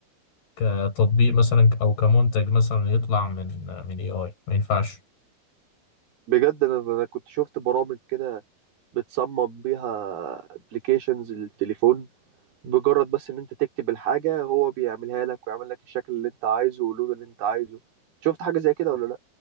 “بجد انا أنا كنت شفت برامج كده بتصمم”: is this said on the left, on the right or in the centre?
Right